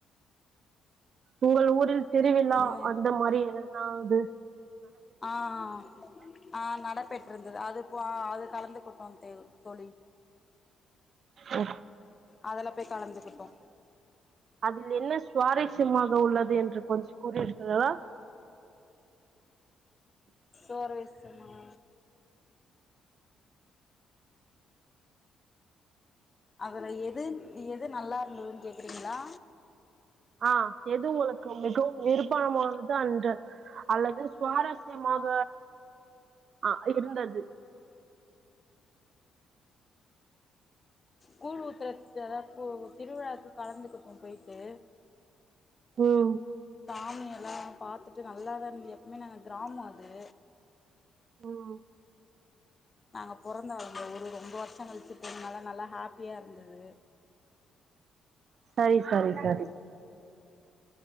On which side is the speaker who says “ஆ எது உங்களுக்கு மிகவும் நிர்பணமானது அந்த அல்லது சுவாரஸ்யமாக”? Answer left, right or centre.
Right